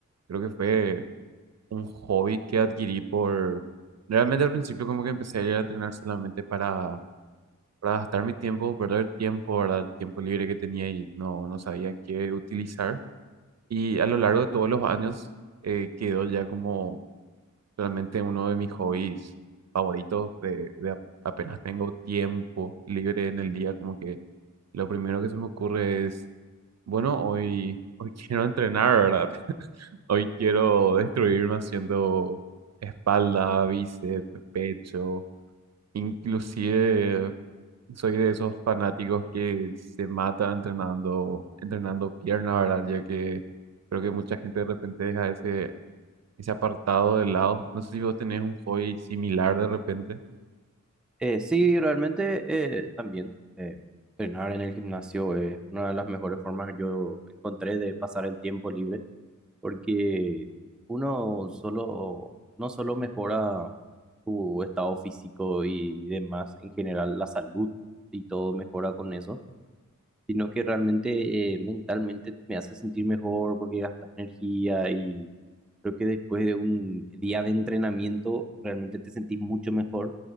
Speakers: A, on the right; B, in the centre.
A: Creo que fue un hobby que adquirí por... Realmente al principio como que empecé a ir a entrenar solamente para para gastar mi tiempo, perder tiempo, ¿verdad? El tiempo libre que tenía y no, no sabía en qué utilizar. Y a lo largo de todos los años eh, quedó ya como realmente uno de mis hobbies favoritos de, de a- apenas tengo tiempo libre en el día, como que lo primero que se me ocurre es, bueno, hoy, hoy <laughs> quiero entrenar, ¿verdad? <laughs> Hoy quiero destruirme haciendo espalda, bíceps, pecho, inclusive soy de esos fanáticos que se mata entrenando, entrenando pierna, ¿verdad? Ya que creo que mucha gente de repente deja ese, ese apartado de lado. No sé si vos tenés un hobby similar de repente.
B: Eh, sí, realmente eh, también eh, entrenar en el gimnasio es una de las mejores formas que yo encontré de pasar el tiempo libre, porque uno solo, no solo mejora tu estado físico y demás, en general la salud y todo mejora con eso, sino que realmente eh, mentalmente me hace sentir mejor porque gastas energía y creo que después de un día de entrenamiento realmente te sentís mucho mejor